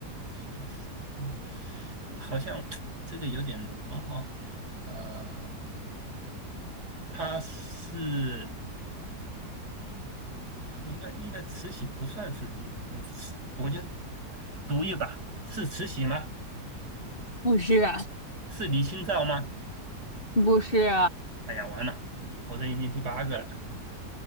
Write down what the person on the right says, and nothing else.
算是，嗯好像 <tsk> 这个有点好好，呃，他是应该应该慈禧不算是呃慈，我就读一把，是慈禧吗？
是李清照吗？
哎呀，完了，我这已经第八个了，